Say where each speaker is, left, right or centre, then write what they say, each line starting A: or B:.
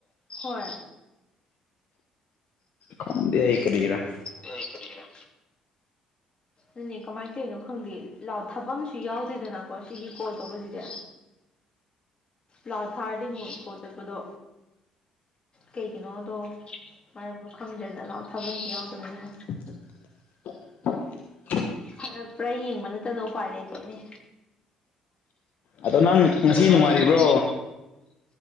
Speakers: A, on the left; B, on the left.
A: ꯍꯣꯏ
B: ꯈꯪꯗꯦ ꯑꯩ ꯀꯔꯤꯒꯤꯔ
A: ꯌꯥꯏ ꯀꯒ꯭ꯔ ꯑꯗꯨꯅꯤ ꯀꯃꯥꯏꯅ ꯇꯧꯔꯤꯅꯣ ꯈꯪꯗꯦ ꯊꯥꯕꯁꯨ ꯌꯥꯎꯗꯦꯗꯅꯀꯣ ꯁꯤꯒꯤ ꯀꯣꯜ ꯇꯧꯕꯁꯤꯗꯤ ꯂꯥ ꯊꯥꯔꯗꯤ ꯑꯃꯨꯛ ꯏꯀꯣ ꯆꯠꯄꯗꯣ ꯀꯩꯒꯤꯅꯣꯗꯣ ꯃꯔꯝꯗꯣ ꯈꯪꯗ꯭ꯔꯦꯗ ꯂꯥꯑꯣ ꯊꯥꯕꯝꯗꯤ ꯌꯥꯎꯗꯕꯅꯤꯅ
B: <inaudible>
A: ꯐꯔꯛꯄ꯭ꯔꯥ ꯌꯦꯡꯕ ꯅꯠꯇꯅ ꯎꯄꯥꯏ ꯂꯩꯇꯣꯏꯅꯦ
B: ꯑꯗꯣ ꯅꯪ ꯉꯁꯤ
A: ꯑꯗꯣ ꯅꯪ
B: ꯅꯨꯡꯉꯥꯏꯔꯤꯕ꯭ꯔꯣ
A: ꯉꯁꯤ